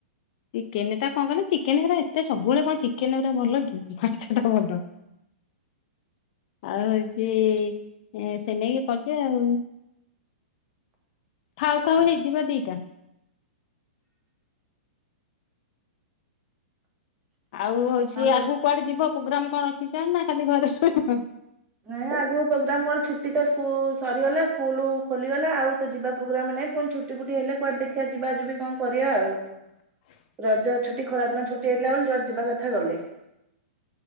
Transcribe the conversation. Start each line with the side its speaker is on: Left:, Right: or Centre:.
Left: ଚିକେନ ଟା କଣ କଲେ ଚିକେନେ ଗୁରା ଏତେ ସବୁବେଳେ କଣ ଚିକେନ୍ ଗୁରା ଭଲ କି ମାଛ ଟା ଭଲ। ଆଉ ହଉଛି-ଇ-ଇ-ଇ ସେ ନେଇକି କରିଛି ଆଉ। ଖାଉ ଖାଉ ହେଇଯିବ ଦିଟା। ଆଉ ହଉଛି
Right: ଆମ
Left: ଆଗକୁ କୁଆଡେ ଯିବ ପ୍ରୋଗ୍ରାମ କଣ ରଖିଛ ନା ଖାଲି ଘରେ <unintelligible>
Right: ନାଇଁ ଆଗକୁ ପ୍ରୋଗ୍ରାମ କଣ, ଛୁଟି ତ ସ୍କୁଲ ସରିଗଲା ସ୍କୁଲ ଖୋଲିଗଲା ଆଉ ତ ଯିବା ପ୍ରୋଗ୍ରାମ ନାଇଁ ପୁଣି ଛୁଟି ଫୁଟି ହେଲେ କୁଆଡେ ଦେଖିବା ଯିବା ଯିବି କଣ କରିବା ଆଉ।
Left: ହ।
Right: ରଜ ଛୁଟି ଖରା ଦିନ ଛୁଟି ହେଇଥିଲା ବୋଲି ଜୁଆଡେ ଯିବା କଥା ଗଲେ।